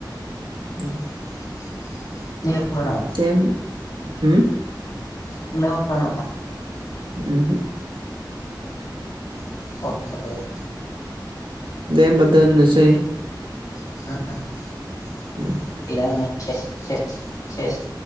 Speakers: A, on the right; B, on the left.
A: उम
B: <unintelligible>
A: तेन ह <unintelligible>
B: <unintelligible>
A: उमहो
B: <inaudible> <inaudible>
A: दे होमबा दोननोसै।
B: <unintelligible>
A: उम
B: गैला नोङो सेस सेस सेस।